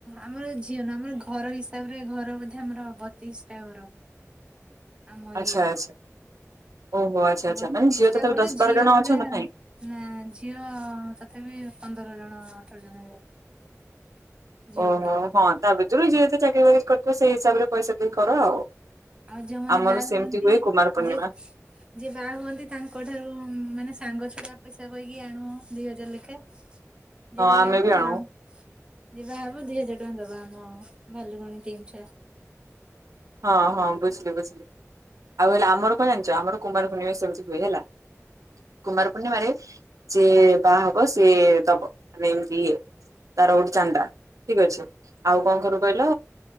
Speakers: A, on the right; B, on the right.
A: ଆମର ଝିଅନ ଆମର ଘର ହିସାବରେ ଘର ବୋଧେ ଆମର ବତିଶ ଟା ଘର। ଆମ
B: ଆଚ୍ଛା
A: ଇଏରେ
B: ଆଚ୍ଛା। ଓହୋ ଆଚ୍ଛା ଆଚ୍ଛା
A: ବତିଶ
B: ମାନେ ଝିଅ
A: ଟା
B: ତଥାପି
A: ଘର
B: ଦଶ ବାର
A: ଝିଅ
B: ଜଣ
A: ଗୁଡା
B: ଅଛ ନା ନାଇଁ?
A: ନା ଝିଅ ତଥାପି ପ ପନ୍ଦର ଜଣ ଅଠର ଜଣ ହେବେ। ଝିଅ
B: ଓହୋ
A: ଗୁଡା।
B: ହଁ ତା ଭିତରୁ ଯିଏ ଯେତେ ଚାକିରି ବାକିରି କରିଥିବ ସେଇ ହିସାବରେ ପଇସା ଦେଇକି କର ଆଉ।
A: ଆଉ ଯୋଉମାନେ
B: ଆମର
A: ବାହା
B: ସେମିତି
A: ହୁଅନ୍ତି
B: ହୁଏ କୁମାର ପୂର୍ଣ୍ଣିମା
A: ଯେ ଯିଏ ବାହା ହୁଅନ୍ତି ତାଙ୍କ ଠାରୁ ମାନେ ସାଙ୍ଗ ଛ <unintelligible> ପଇସା କହିକି ଆଣୁ ଦି ହଜାର ଲାଖେ। ଯିବା
B: ହଁ ଆମେ
A: ହବ
B: ବି ଆଣୁ
A: ଆଉ ଯିବା ହବ ଦି ହଜାର ଟଙ୍କା ଦବା ହଁ ଭଲୁକୁଣି ଟିମ ଛୁଆ।
B: ହଁ ହଁ ବୁଝିଲି ବୁଝିଲି। ଆଉ ହେଲେ ଆମର କଣ ଜାଣିଛ ଆମର କୁମାର ପୁର୍ଣିମା ସେମିତି ହୁଏ ହେଲା। କୁମାର ପୂର୍ଣ୍ଣିମାରେ ସେ ବାହା ହବ ସିଏ ଦବ ମାନେ ଏମିତି ଇଏ ତାର ଗୋଟେ ଚାଣ୍ଡା ଠିକ ଅଛି ଆଉ କଣ କରର କହିଲ